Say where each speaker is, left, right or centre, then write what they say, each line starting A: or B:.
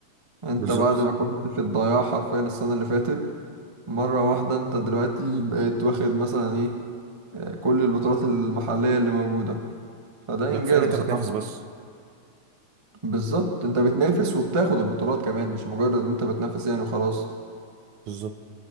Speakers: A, on the right (about 20°); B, on the right (about 75°).
A: انت
B: بالظبط
A: بعد ما كنت في الضياع حرفيا السنة اللي فاتت مرة واحدة انت دلوقتي بقيت واخد مثلا ايه آه، كل البطولات المحلية اللي موجودة فده
B: ده
A: انجاز
B: كفايه ان انت
A: بصراحة
B: بتنافس بس
A: بالظبط انت بتنافس وبتاخد البطولات كمان مش مجرد ان انت بتنافس يعني وخلاص
B: بالظبط